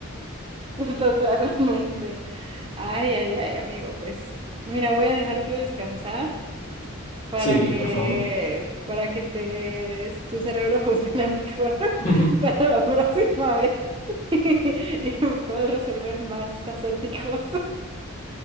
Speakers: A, on the right; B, on the left.
A: Totalmente. Ay, ay, ay, amigo, pues mira, voy a dejarte descansar. para
B: Sí,
A: que,
B: por favor.
A: para que te, tu cerebro <laughs> funcione mejor
B: <laughs>
A: <laughs> para la próxima vez <laughs> y puedas resolver más acertijos.